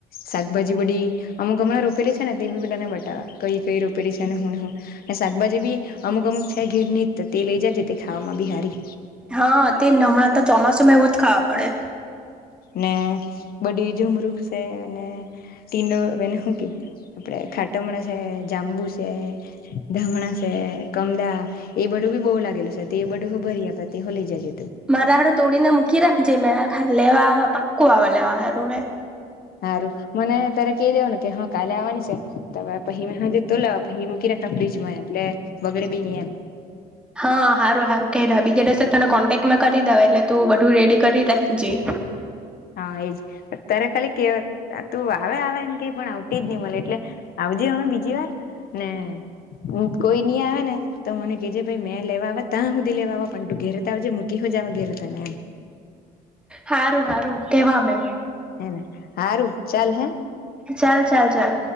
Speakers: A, on the left; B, in the centre.
A: શાકભાજી બધી અમુક હમણાં રોપેલી છે ને તે બી બધાને બતાવવા કઈ કઈ રોપેલી છે અને હું ને હું શાકભાજી બી અમુક અમુક છે ઘેર ની જ તે લઇ જાજે તે ખાવામાં બી હારી
B: હા તે હમણાંતા ચોમાસુમાં એવું જ ખાવા પડે.
A: ને બધી જમરૂખ સે ને ટીંડો એને હું કેય આપડે ખાટમણા છે જાંબુ છે ધામણા છે કમદા એ બધું બી બો લાગેલું સે તે બધું હો ભરી આપા તે હો લઈ જાજે
B: મારા હારું તોડીને મૂકી રાખી જ મેં લેવા આવા પાકું આવા લેવા હારું મેં
A: હારું મને તારે કેય દેવાનું કે હા કાલે આવવાની સે તો મેં પહી હાંજે જ તોડ લેવા પહી મૂકી રાખા ફ્રીજ એમ એટલે બગડે બી ની એમ
B: હા હારું હારું કેય દેવા બીજા દિવસે તને કોન્ટેક્ટ મેં કરી દેવા એટલે તું બધું રેડી કરી રાખજે.
A: હા એજ તારે ખાલી કે તું આવે આવે એમ કે પણ આવતી જ ની મળે એટલે આવજે અમે બીજી વાર ને હું કોઈ ની આવે ને તો મને કેજે ભાઈ મેં લેવા તા હુંધી લેવા પણ તું ઘેરેતો આવજે મૂકી હો જાવા ઘેરે તને એમ.
B: હારું હારું કેવા મે.
A: હેને હારું ચાલ હે.
B: ચાલ ચાલ ચાલ.